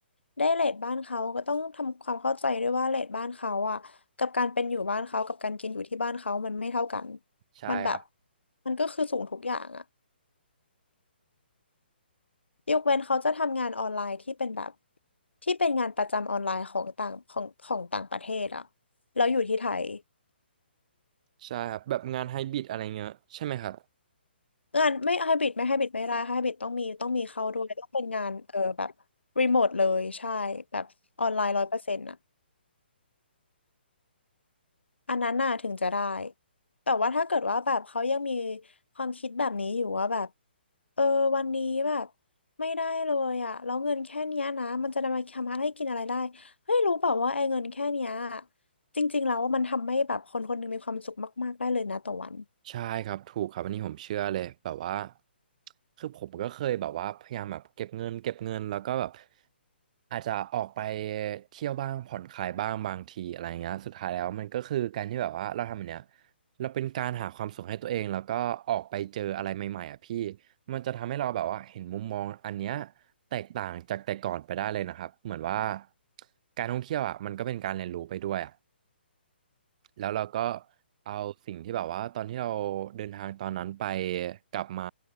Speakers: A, on the left; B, on the right.
A: ได้เรทบ้านเขาก็ต้องทำความเข้าใจด้วยว่าเรทบ้านเขาอ่ะกับการเป็นอยู่บ้านเขากับการกินอยู่ที่บ้านเขามันไม่เท่ากัน
B: ใช่ครับ
A: มันแบบมันก็คือสูงทุกอย่างอ่ะ ยกเว้นเขาจะทำงานออนไลน์ที่เป็นแบบที่เป็นงานประจำออนไลน์ของต่างของของต่างประเทศอะแล้วอยู่ที่ไทย
B: ใช่ครับแบบงานไฮบริดอะไรเงี้ยใช่ไหมครับ
A: งานไม่ไฮบริดไม่ไฮบริดไม่ได้ไฮบริดต้องมีต้องมีเข้าด้วยต้องเป็นงานเออแบบรีโมทเลยใช่แบบออนไลน์ร้อยเปอร์เซ็นต์อะ อันนั้นน่ะถึงจะได้ แต่ว่าถ้าเกิดว่าแบบเขายังมีความคิดแบบนี้อยู่ว่าแบบเออวันนี้แบบไม่ได้เลยอะแล้วเงินแค่เนี้ยนะมันจะนำมาทำให้กินอะไรได้เฮ้ยรู้เปล่าว่าไอ้เงินแค่เนี้ยจริงๆแล้วว่ามันทำให้แบบคนคนหนึงมีความสุขมากๆได้เลยนะต่อวัน
B: ใช่ครับถูกครับอันนี้ผมเชื่อเลยแบบว่าคือผมก็เคยแบบว่าพยายามแบบเก็บเงินเก็บเงินแล้วก็แบบอาจจะออกไปเที่ยวบ้างผ่อนคลายบ้างบางทีอะไรเงี้ยสุดท้ายแล้วมันก็คือการที่แบบว่าเราทำแบบเนี้ยเราเป็นการหาความสุขให้ตัวเองแล้วก็ออกไปเจออะไรใหม่ๆอ่ะพี่มันจะทำให้เราแบบว่าเห็นมุมมองอันเนี้ยแตกต่างจากแต่ก่อนไปได้เลยนะครับเหมือนว่าการท่องเที่ยวอ่ะมันก็เป็นการเรียนรู้ไปด้วยอ่ะ แล้วเราก็เอาสิ่งที่แบบว่าตอนที่เราเดินทางตอนนั้นไปกลับมา